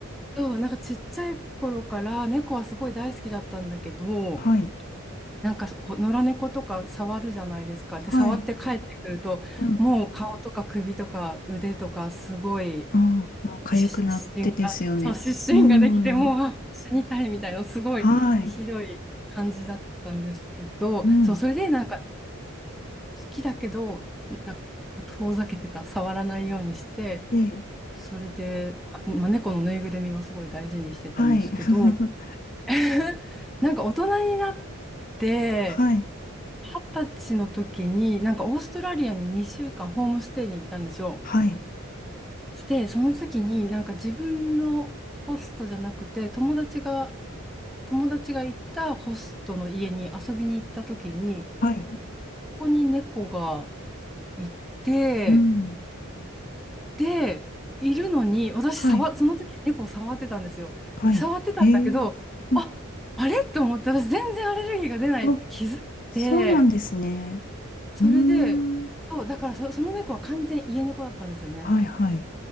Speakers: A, in the centre; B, on the left.
A: そう、なんかちっちゃい頃から猫はすごい大好きだったんだけど、
B: はい、
A: なんかこう野良猫とか触るじゃないですか。で、
B: はい。
A: 触って帰ってくると、
B: うん。
A: もう顔とか首とか腕とかすごい
B: うん、もう痒くなってですよね。
A: 湿疹が、そう、湿疹ができて、
B: うん。
A: もうあ死にたいみたいな、すごいひどい感じだったんですけど、
B: はい。うん。
A: そう、それでなんか好きだけど、なんか遠ざけてた、触らないようにして、
B: ええ。
A: それで、まあ、猫のぬいぐるみはすごい大事にしてたんですけど、
B: はい。<laughs>
A: <laughs> なんか大人になって、
B: はい。
A: 二十歳の時に、なんかオーストラリアに2週間ホームステイに行ったんですよ。
B: はい。
A: で、その時になんか自分のホストじゃなくて、友達が、友達が行ったホストの家に遊びに行った時に、
B: はい。
A: ここに猫がいて、
B: うん。
A: で、いるのに、私触、
B: はい。
A: その時猫を触ってたんですよ。
B: はい。
A: で、触ってたんだけど、
B: へえ。<laughs> うん
A: あ、あれと思って、私全然アレルギーが出ないって気づいて、
B: あ、そうなんですね。
A: それで、
B: うーん。
A: そう、だからそ、その猫は完全家猫だったんですよね。
B: はい。はい。